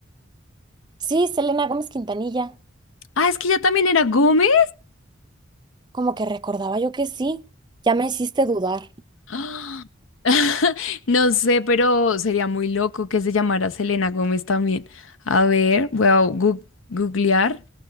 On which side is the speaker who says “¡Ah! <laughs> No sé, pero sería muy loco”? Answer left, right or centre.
Left